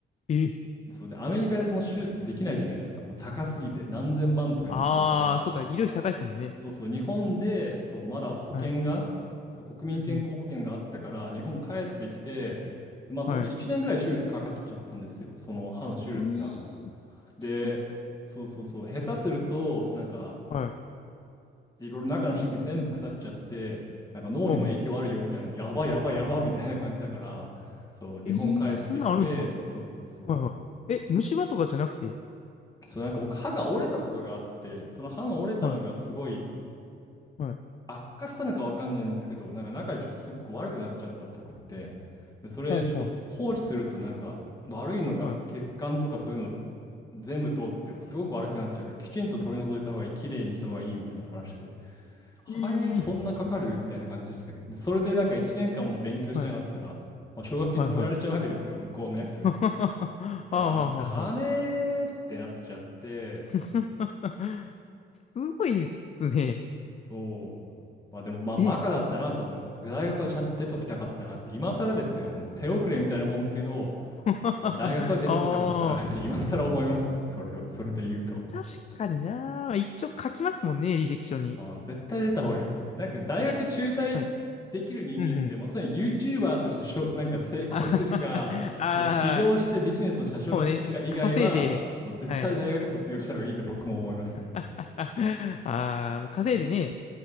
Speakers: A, on the left; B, on the left.
A: え、
B: そうで、アメリカでその手術できないじゃないですか。もう高すぎて何千万とかになっちゃうから、
A: ああ、そっか、医療費高いですもんね。
B: そうそう、日本で、そう、まだ保険が、
A: はい。
B: そう、国民健康保険があったから、
A: うんうん。
B: 日本帰ってきて、でまあ、それで1年ぐらい手術かかっちゃったんですよ。
A: はい。
B: その歯の手術が。
A: ういー、
B: で、
A: きつ。
B: そうそうそう、下手すると、なんか、
A: はい。
B: いろいろ中の神経全部腐っちゃって、なんか脳にも影響あるよみたいな、
A: ほうほう。
B: やばいやばいやばいみたいな感じだから、そう、日本帰ってきて、
A: ええー、そんなんあるんですかは
B: そうそうそう。
A: いはい。え、虫歯とかじゃなくて
B: そう、なんか僕、歯が折れたことがあって、その歯の折れたのがすごい
A: はい。はい。
B: 悪化したのかわかんないんですけど、なんか中でちょっとすごく悪くなっちゃったっぽくって、で、それちょっとほ放置するとなんか悪いのが血管とかそういうの
A: ほうほう。はい。
B: 全部通ってすごく悪くなっちゃうから、きちんと取り除いた方がいい、きれいにした方がいいみたいな話で、ハエそんなかかるみたいな感じでしたけど、
A: うい
B: で、それでなんか1年間も勉強しなかったら、
A: ー、はい。
B: まあ、奨学金止められちゃうわけですよ、
A: はいはい。
B: 向こうのやつ。
A: <laughs> はははははははは。
B: で、あ、金ってなっちゃって、
A: <laughs> すごいっすね。
B: そう。まあでも、まあ、
A: え、
B: バカだったなと思います。大学はちゃんと出ときたかったなって、今更ですけどね、もう手遅れみたいなもんですけど、
A: <laughs>
B: まあ、大学は出ときたかったなって
A: ああ
B: <laughs>、今更思いますね、それは、それで言うと。
A: ー、確かにな。一応書きますもんね、履歴書に。
B: あー、絶対出た方がいいです。なんか、大学中退できる人間って、
A: え、はい。うんうん。
B: もうすでに YouTuber としてしょ、なんか成功してるか、
A: あはははあ
B: もう起業してビジネスの社長になってるか以外は、
A: ー、もうね、稼いで、
B: もう絶対大学卒業した方がいいと僕も思いますね。
A: はい。<laughs> ああ、もう稼いでね、